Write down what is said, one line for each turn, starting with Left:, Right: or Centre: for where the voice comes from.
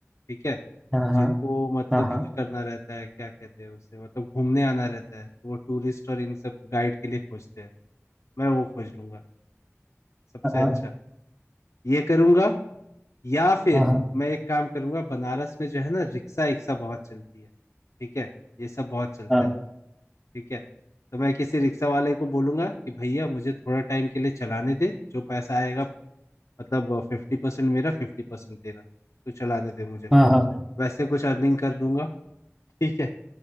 Left: ठीक है
Centre: हाँ हाँ
Left: जिनको मतलब
Centre: हाँ हाँ
Left: ये करना रहता है क्या कहते हैं उसे मतलब घूमने आना रहता है तो वो टूरिस्ट और इन सब गाइड के लिए खोजते हैं मैं वो खोज लूंगा सबसे
Centre: हाँ
Left: अच्छा ये करूंगा या फिर
Centre: हाँ
Left: मैं एक काम करूंगा बनारस में जो है ना रिक्शा रिक्शा बहुत चलती है ठीक है ये सब बहुत चलता
Centre: हाँ
Left: है ठीक है तो मैं किसी रिक्शा वाले को बोलूंगा कि भैया मुझे थोड़ा टाइम के लिए चलाने दे जो पैसा आएगा मतलब फिफ्टी परसेंट मेरा फिफ्टी परसेंट तेरा तो चलाने दे मुझे
Centre: हाँ हाँ हाँ हाँ हाँ,
Left: वैसे कुछ अर्निंग कर लूंगा ठीक है